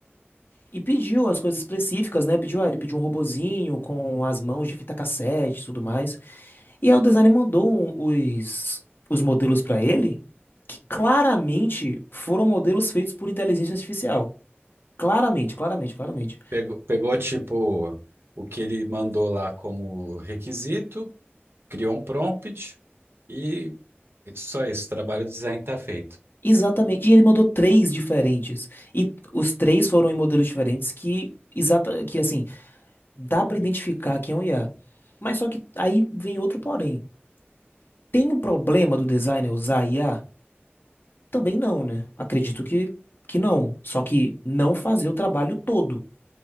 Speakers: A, on the left; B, on the right.
A: e pediu as coisas específicas, né? Pediu, ah, ele pediu um robozinho com as mãos de fita cassete e tudo mais. E aí o designer mandou um, os, os modelos pra ele, que claramente foram modelos feitos por inteligência artificial. Claramente, claramente, claramente.
B: Pegou, pegou tipo o que ele mandou lá como requisito criou um prompt e só esse trabalho de design está feito.
A: Exatamente. E ele mandou três diferentes. E os três foram em modelos diferentes que, exata, que assim, dá pra identificar que é um IA. Mas só que aí vem outro porém. Tem um problema do designer usar IA? Também não, né? Acredito que, que não. Só que não fazer o trabalho todo.